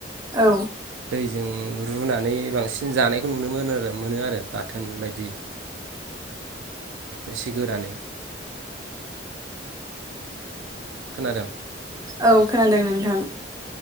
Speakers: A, on the right (about 20°); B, on the right (about 85°).
A: औ।
B: जों रुनानै बांसिन जानायखौ नुनो मोनो आरो मोनो आरो बाथोन बायदि। एसे गोरानै। खोनादों।
A: औ खोनादों नोंथां।